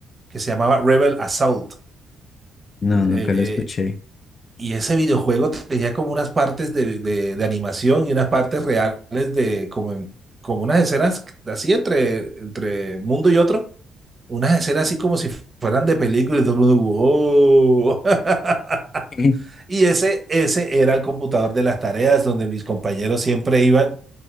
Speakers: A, on the right; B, on the left.
A: que se llamaba Rebel Assault.
B: No, nunca
A: Eh,
B: lo escuché. <laughs>
A: y ese videojuego tenía como unas partes de, de- de animación y unas partes reales de como, en- como unas escenas así entre, entre mundo y otro. unas escenas así como si fueran de película y todo el mundo, wow. <laughs>
B: Eh,
A: Y ese, ese era el computador de las tareas donde mis compañeros siempre iban